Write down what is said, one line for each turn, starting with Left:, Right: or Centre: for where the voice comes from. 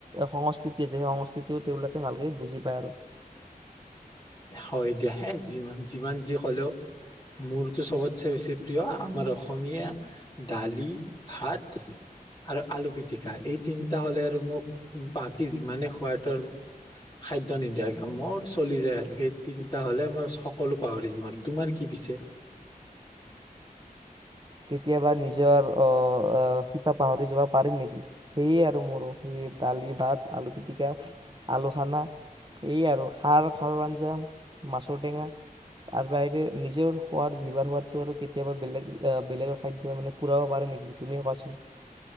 Right: সংস্কৃতি আছে, সেই সংস্কৃতিও তেওঁলোকে ভালকে বুজি পায় আৰু।
Left: হয়, দিয়া। যিমান যিমান যি হ'লেও মোৰতো চবতছে বেছি প্ৰিয়, আমাৰ অসমীয়া দালি, ভাত। আৰু আলু পিটিকা, এই তিনিটা হ'লে আৰু মোক বাকী যিমানে সোৱাদৰ খাদ্য নিদিয়া কিয় মোৰ চলি যায় আৰু। সেই তিনিটা হ'লে মই সকলো পাহৰি যাও আৰু। তোমাৰ কি পিছে?
Right: কেতিয়াবা নিজৰ অ শিপা পাহৰি যাবা পাৰি নেকি! সেয়ে আৰু মোৰো, সেই দালি, ভাত, আলু পিটিকা, আলু সনা। এইয়ে আৰু খাৰ, খাৰৰ আঞ্জা, মাছৰটেঙা তাৰ বাহিৰে নিজৰ সোৱাদ, জিবাৰ সোৱাটো আৰু কেতিয়াবা বেলেগ বেলেগৰ খাদ্য মানে পুৰাব পাৰে নেকি! তুমিয়েই কোৱাচোন!